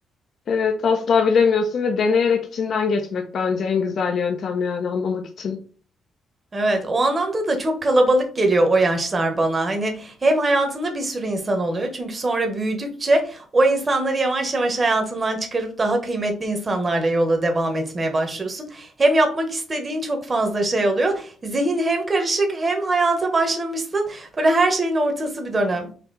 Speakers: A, on the left; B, on the right.
A: Evet, asla bilemiyorsun ve deneyerek içinden geçmek bence en güzel yöntem yani anlamak için.
B: Evet, o anlamda da çok kalabalık geliyor o yaşlar bana. Hani hem hayatında bir sürü insan oluyor çünkü sonra büyüdükçe o insanları yavaş yavaş hayatından çıkarıp daha kıymetli insanlarla yola devam etmeye başlıyorsun. Hem yapmak istediğin çok fazla şey oluyor. Zihin hem karışık hem hayata başlamışsın. Böyle her şeyin ortası bir dönem.